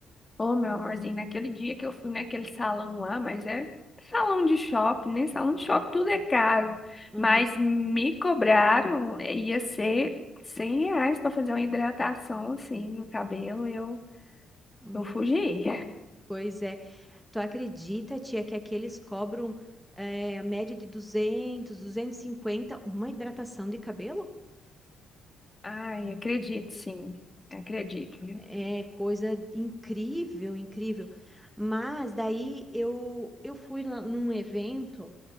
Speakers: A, on the left; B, in the centre.
A: Ô, meu amorzinho, naquele dia que eu fui naquele salão lá, mas é salão de shopping, né? Salão de shopping tudo é caro.
B: Aham.
A: Mas me cobraram, eh, ia ser 100 reais pra fazer uma hidratação, assim, no cabelo, e eu,
B: Hum,
A: eu fugi.
B: pois é. Tu acredita, tia, que aqueles cobram é, a média de duzentos, duzentos e cinquenta uma hidratação de cabelo?
A: Ai, acredito, sim. Acredito.
B: É coisa incrível, incrível. Mas daí eu eu fui lá num evento